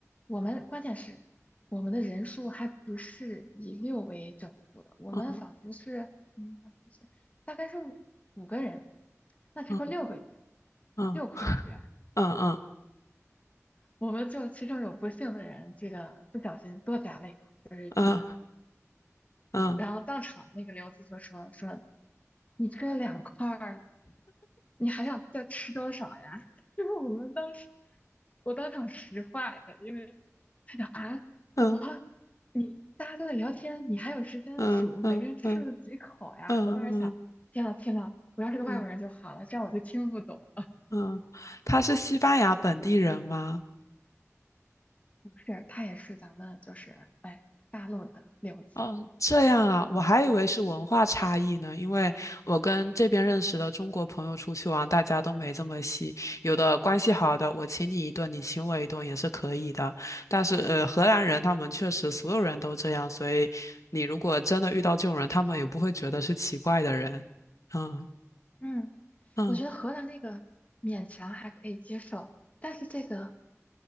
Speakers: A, on the left; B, on the left.
A: 我们关键是我们的人数还不是以六为整数的，我们仿佛是，
B: 嗯
A: 嗯，啊不是，大概是五五个人，那这块六个鱼，
B: 嗯嗯
A: 六块儿，对吧？
B: 嗯
A: 我们就其中有不幸的人，这个不小心多夹了一块儿。
B: 嗯嗯
A: 然后当场那个刘子就说说你这两块儿，你还想再吃多少呀？<laughs> 就是我们当时，我当场石化了，因为他讲啊，怎么
B: 嗯
A: 你大家都在聊天，你还有时间数每个人吃了几口呀？
B: 嗯嗯嗯嗯
A: 我当时想，天呐天呐，我要是个外国人就好了，
B: 嗯。
A: 这样我就听不懂了。
B: 嗯，他是西班牙本地人吗？
A: <laughs> 是，他也是咱们就是哎大陆的刘子，
B: 哦，这样啊，我还以为是文化差异呢，因为我跟这边认识的中国朋友出去玩，大家都没这么细，有的关系好的，我请你一顿，你请我一顿也是可以的。但是呃，荷兰人他们确实所有人都这样，所以你如果真的遇到这种人，他们也不会觉得是奇怪的人。嗯
A: 嗯，
B: 嗯，
A: 我觉得荷兰那个勉强还可以接受，但是这个。